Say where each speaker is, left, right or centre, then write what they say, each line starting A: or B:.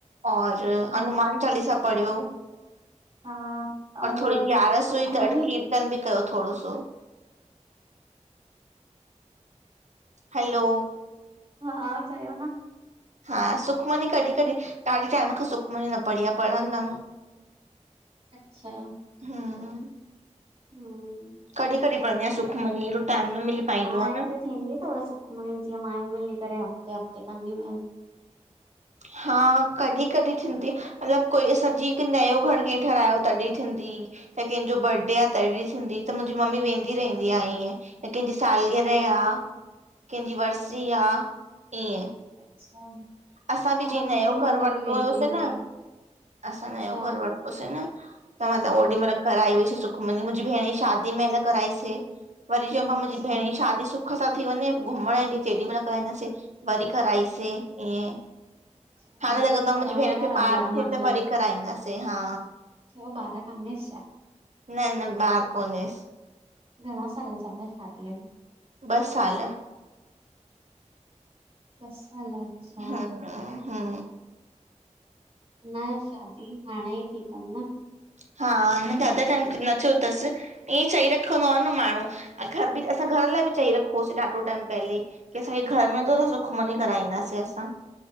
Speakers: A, on the right; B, on the right.
A: और
B: अच्छा
A: हनुमान चालीसा पढ़ियो
B: हा ऐं
A: और
B: उहा
A: थोरी ग्यारस
B: सुखमनी
A: हुई त अॼु कीर्तन बि कयो थोड़ो सो। हैलो
B: हा चयो न
A: हा सुखमनी कॾहिं-कॾहिं, ॾाढे टाइमु खां सुखमनी न पढ़ी आहे पढ़ंदम।
B: अच्छा।
A: हा।
B: हम्म।
A: कॾी-कॾी पढंदी आयां सुखमनी, एॾो टाइमु न मिली पाईंदो
B: तव्हां
A: आहे
B: हिते
A: न।
B: थींदी अथव सुखमनी जीअं माययूं मिली करे हफ़्ते-हफ़्ते कंदियूं आहिनि?
A: हा कॾी-कॾी थींदी मतिलबु कोई असां जीअं के हिकु नयो घर कीअ ठाहरायो, तॾहिं थींदी त कंहिंजो बर्डे आहे तॾी थिंदी त मुंहिंजी मम्मी वेंदी रहंदी आ इअं त कंहिंजी सालगिरह आ, कंहिंजी वरसी आ ईअं।
B: अच्छा।
A: असां बि
B: हा
A: जीअं
B: मुंहिंजी
A: नयो
B: मम्मी
A: घरि वरतो
B: बि वेंदी
A: हुयोसे
B: हुई,
A: न, असां
B: अच्छा
A: नयो घर वर तो से नं तव्हां त
B: हा
A: ओॾी महल कराई हुई से सुख मनी, मुंहिंजी भेणु जी शादी महल कराई से, वरी चऊं पिया
B: अच्छा
A: मुंहिंजी भेण जी शादी सु सुख सां थी वञे, घुमण ईंद तेॾी महल कराईंदासे, वरी कराइसे ईअं।
B: अच्छा
A: हाणे लगे तो
B: कराईंदा
A: मुंहिंजी भेणु खे
B: रहंदा
A: ॿारु
B: आहियो
A: थिए
B: मतलब,
A: त वरी कराईंदासे, हा।
B: छो ॿारु कानेस छा?
A: न-न बारु कोनेस।
B: घॾा साल थिया तसि शादीअ खें?
A: ॿ साल।
B: ॿ साल। अच्छा
A: हा-हा।
B: न शादी हाणे ई थी अथन न?
A: हा अञा ज्यादा टाइमु न थो तसि। ईअं चई रखंदो आहे न माण्हू, अं घरि बि, असां घरि लाए बि चई रखोसे ॾाढो टाइमु पहले की असांखे घरि मिलंदो त सुखमनी कराईंदासे असां।